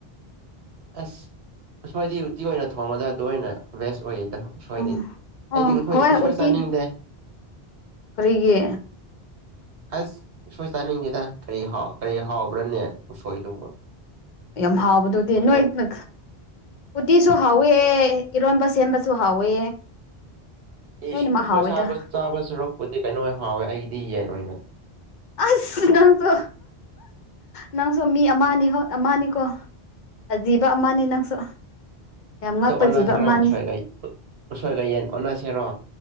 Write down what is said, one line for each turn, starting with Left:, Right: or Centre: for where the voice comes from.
Right: ꯑꯁ ꯑꯁꯣꯏꯗꯤ ꯎꯇꯤ ꯑꯣꯏꯅ ꯊꯣꯡꯕꯗ ꯑꯗꯨ ꯑꯣꯏꯅ ꯕꯦꯁ ꯑꯣꯏꯌꯦꯗ ꯎꯁꯣꯏꯗꯤ
Left: ꯎꯝ
Right: ꯑꯩꯗꯤ
Left: ꯑꯣ
Right: ꯎꯣꯏ
Left: ꯍꯣꯏ
Right: ꯎꯁꯣꯏ
Left: ꯎꯇꯤ
Right: ꯆꯥꯅꯤꯡꯗꯦ
Left: ꯀꯔꯤꯒꯤ
Right: ꯑꯁ ꯁꯣꯏ ꯆꯥꯅꯤꯡꯒꯦꯗ ꯀꯔꯤ ꯀꯔꯤ ꯍꯥꯎꯕ꯭ꯔꯅꯦ ꯎꯁꯣꯏꯗꯨꯕꯨ
Left: ꯌꯥꯝ ꯍꯥꯎꯕꯗꯨꯗꯤ
Right: ꯎꯁꯣꯏ
Left: ꯅꯣꯏ ꯅ ꯎꯇꯤꯁꯨ ꯍꯥꯎꯋꯦ ꯏꯔꯣꯟꯝꯕ ꯁꯦꯝꯕꯁꯨ ꯍꯥꯎꯋꯦ
Right: ꯑꯩ
Left: ꯂꯣꯏꯅꯃꯛ
Right: ꯎꯁꯣꯏ
Left: ꯍꯥꯎꯋꯦꯗ
Right: ꯁꯥꯕ ꯆꯥꯕ ꯁꯔꯨꯛꯄꯨꯗꯤ ꯀꯩꯅꯣ ꯍꯥꯎꯋꯦ ꯑꯩꯗꯤ ꯌꯦꯟ ꯑꯣꯏꯅ
Left: ꯑꯁ ꯅꯪꯁꯨ ꯅꯪꯁꯨ ꯃꯤ ꯑꯃꯅꯤ ꯍꯣꯠ ꯑꯃꯅꯤꯅꯤꯀꯣ ꯑꯖꯤꯕ ꯑꯃꯅꯤ ꯅꯪꯁꯨ ꯌꯥꯝ ꯉꯛꯄ
Right: ꯑꯗꯣ ꯑꯣꯟꯅꯁꯤꯔꯣ
Left: ꯖꯤꯕ ꯑꯃꯅꯤ
Right: ꯎꯁꯣꯏꯒ ꯎꯁꯣꯏꯒ ꯌꯦꯟ ꯑꯣꯟꯅꯁꯤꯔꯣ